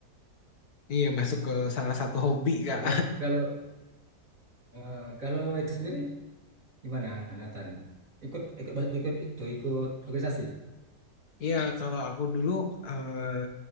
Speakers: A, on the left; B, on the right.
A: Iya masuk ke salah satu hobi kak.
B: kalau kalau eh, kalau itu sendiri gimana Nathan ikut ikut ikut itu ikut organisasi
A: Iya kalau aku dulu eh,